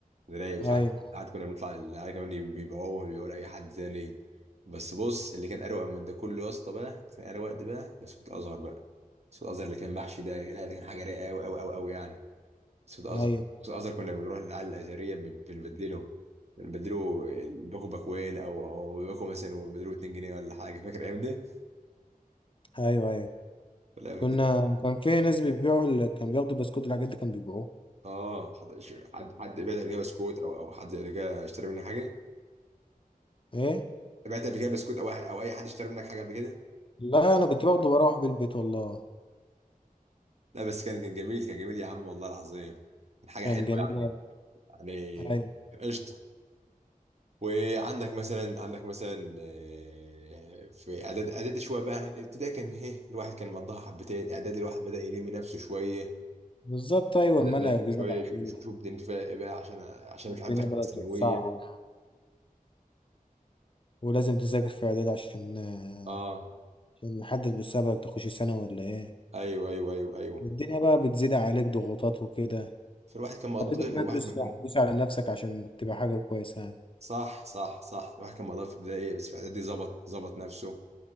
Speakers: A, on the right; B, on the left.
A: كان رايق مش
B: ايوه
A: عارف ساعات كنا بنطلع العيال كمان بيبيعوه بيبيعوه لاي حد تاني بس بص اللي كان اروق من ده كله يا اسطى بقى اللي كان اروق ده بقى بسكوت الازهر بقى بسكوت الازهر اللي كان محشي ده لا ده كان حاجه رايقه قوي قوي قوي قوي يعني بسكوت الازهر
B: ايوه
A: بسكوت الازهر كنا بنروح للعيال الازهريه بن- بنبدله بنبدله الباكو باكوين او او باكو مثلا وبدلوه 2 جنيه ولا حاجه فاكر الايام دي؟
B: ايوه ايوه
A: ولا
B: كنا
A: بدل-
B: كان في ناس بيبيعوا ال- كان بياخدوا بسكوت الحاجات دي كانوا بيبيعوه
A: اه حد حد حد بعت قبل كده بسكوت او او حد قبل كده اشترى منه حاجه
B: ايه
A: بعت قبل كده بسكوت او أح- او اي حد اشترى منك حاجه قبل كده
B: لا انا كنت باخده بروح بالبيت والله
A: لا بس كان كان جميل كان جميل يا عم والله العظيم كان حاجه
B: كان
A: حلوه
B: جميل
A: يعني
B: أوي.
A: يعني
B: ايوه
A: قشطه وعندك مثلا عندك مثلا آه، في اعداد اعدادي شويه بقى يعني الابتدائي كان هي الواحد كان مضاها حبتين اعدادي الواحد بدا يلم نفسه شويه
B: بالظبط ايوه
A: بدا
B: المنهج
A: بدا يلم شويه
B: زاد عليه
A: يشوف يشوف دنيته فيها ايه بقى عشان عشان
B: الدنيا
A: مش عارف داخل
B: بدأت
A: على الثانويه
B: تتصعب ولازم تذاكر في اعداد عشان آه،
A: اه
B: عشان نحدد مستقبلك تخش ثانوي ولا ايه
A: ايوه ايوه ايوه ايوه
B: والدنيا بقى بتزيد عليك ضغوطات وكده
A: فالواحد كان مقضي
B: فلازم
A: الواحد
B: بقى تدوس
A: كان
B: تدوس على نفسك عشان تبقى حاجة كويسة
A: صح صح صح الواحد كان مقضيها في البدايه بس في اعدادي ظبط ظبط نفسه